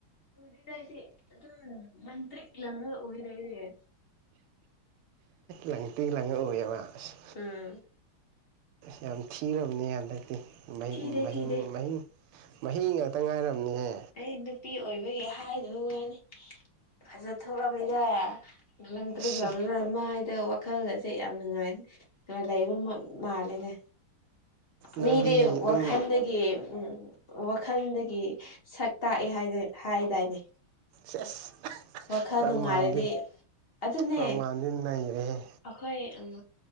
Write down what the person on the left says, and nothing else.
ꯎꯗ꯭ꯔꯤꯗ ꯑꯩꯗꯤ ꯑꯗꯨꯝ ꯂꯪꯇ꯭ꯔꯤꯛ ꯂꯪꯉꯥꯒ ꯎꯏꯗ ꯑꯩꯗꯤ
ꯎꯝ
ꯊꯤꯗꯦ
ꯊꯤꯗꯦ
ꯑꯩ ꯅꯨꯄꯤ ꯑꯣꯏꯕꯒꯤ ꯍꯥꯏꯗꯕ ꯋꯥꯅꯤ ꯐꯥꯖ ꯊꯧꯔꯝꯃꯤꯗ ꯂꯪꯇ꯭ꯔꯤꯛ
ꯂꯪꯂꯒ ꯃꯥꯗꯣ ꯑꯗꯣ ꯋꯥꯈꯜꯒꯥꯁꯦ ꯌꯥꯝ ꯅꯨꯡꯉꯥꯏꯅ ꯂꯩꯕ ꯃꯥꯜꯂꯦꯅꯦ
ꯃꯤꯗꯤ
ꯋꯥꯈꯜꯗꯒꯤ ꯎꯝ ꯋꯥꯈꯜꯗꯒꯤ ꯁꯛ ꯇꯥꯛꯑꯦ ꯍꯥꯏꯗꯥꯏ ꯍꯥꯏꯗꯥꯏꯅꯦ
ꯋꯥꯈꯜ
ꯅꯨꯡꯉꯥꯏꯔꯗꯤ ꯑꯗꯨꯅꯦ
ꯑꯩꯈꯣꯏ ꯎꯝ